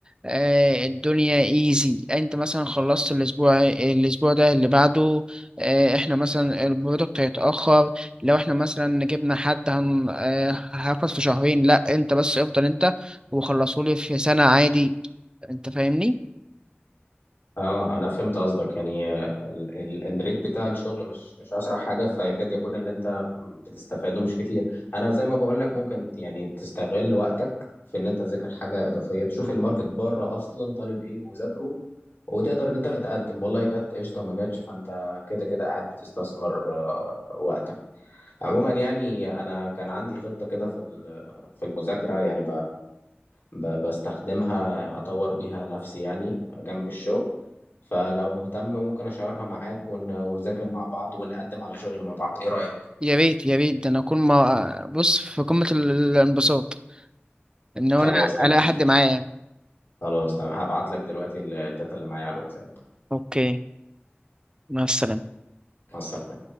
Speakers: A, on the right; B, on the left.
A: آه، الدنيا ايزي انت مثلا خلصت الاسبوع الاسبوع ده اللي بعده آه، احنا مثلا البرودكت هيتاخر لو احنا مثلا جبنا حد هن آه، هياخد في شهرين لا انت بس افضل انت وخلصوا لي في سنه عادي انت فاهمني
B: اه انا فهمت قصدك يعني ال- ال- الريت بتاع الشغل مش مش اسرع حاجه فيكاد يكون اللي انت بتستفاده مش كتير انا زي ما بقول لك ممكن يعني تستغل وقتك في ان انت تذاكر حاجه اضافيه تشوف الماركت بره اصلا طالب ايه وذاكره وتقدر ان انت تقدم والله جت قشطه ما جاتش فانت كده كده قاعد بتستثمر آه، وقتك عموما يعني انا كان عندي خطه كده في ال- في المذاكره يعني ب- بستخدمها أطور بيها نفسي يعني جنب الشغل فلو مهتم ممكن أشيرها معاك ون... ونذاكر مع بعض ونقدم على شغل مع بعض إيه رأيك؟
A: يا ريت يا ريت ده انا اكون ما بص في قمة ال- الانبساط ان انا
B: خلاص تمام
A: الاقي حد معايا
B: خلاص تمام هبعت لك دلوقتي الداتا اللي معايا على الواتساب
A: اوكي مع السلامة
B: مع السلامة